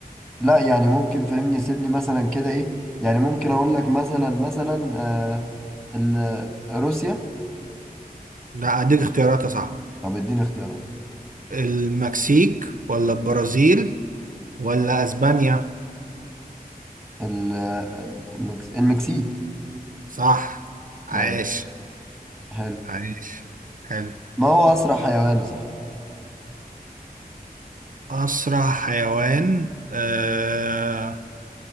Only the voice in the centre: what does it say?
لا يعني ممكن فهمني سيبني مثلا كده ايه يعني ممكن أقول لك مثلا مثلا آه ال- روسيا
طب اديني اختيارات
ال- المكس... المكسيك
ماشي حلو
ما هو أسرع حيوان صح؟